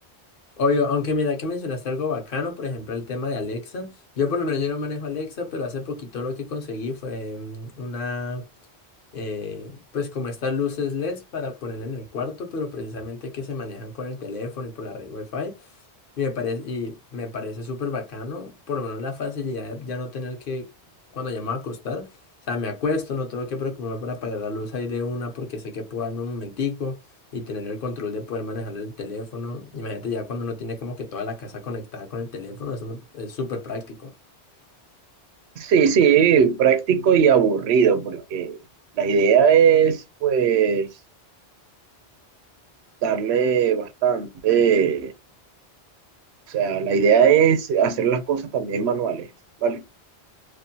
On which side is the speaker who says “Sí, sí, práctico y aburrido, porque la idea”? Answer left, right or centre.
Right